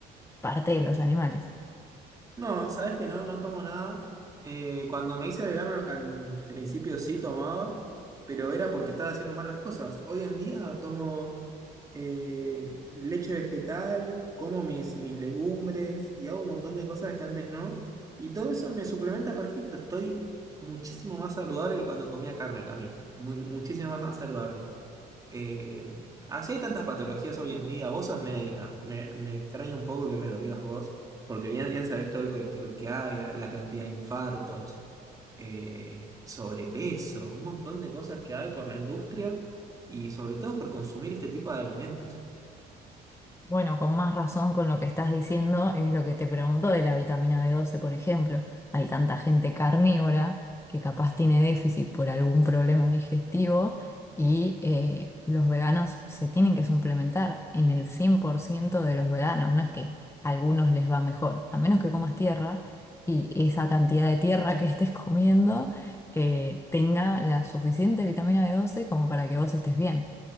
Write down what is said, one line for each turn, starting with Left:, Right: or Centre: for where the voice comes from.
Left: parte de los animales.
Right: No, sabes que no, no tomo nada. Eh, cuando me hice vegano al, al principio sí tomaba, pero era porque estaba haciendo mal las cosas. Hoy en día tomo eh, leche vegetal, como mis, mis legumbres y hago un montón de cosas que antes no. Y todo eso me suplementa perfecto. Estoy muchísimo más saludable que cuando comía carne, Cami. Mu- muchísimo más saludable. Eh, así hay tantas patologías hoy en día. Vos sos médica. Me, me extraña un poco que me lo digas vos, porque bien, bien sabés todo el colesterol que hay, la, la cantidad de infartos, eh, sobrepeso, un montón de cosas que hay por la industria y sobre todo por consumir este tipo de alimentos.
Left: Bueno, con más razón con lo que estás diciendo es lo que te pregunto de la vitamina b doce, por ejemplo. Hay tanta gente carnívora que capaz tiene déficit por algún problema digestivo y eh, los veganos se tienen que suplementar en el 100% de los veganos. No es que a algunos les va mejor, a menos que comas tierra y esa cantidad de tierra que estés comiendo eh, tenga la suficiente vitamina b doce como para que vos estés bien.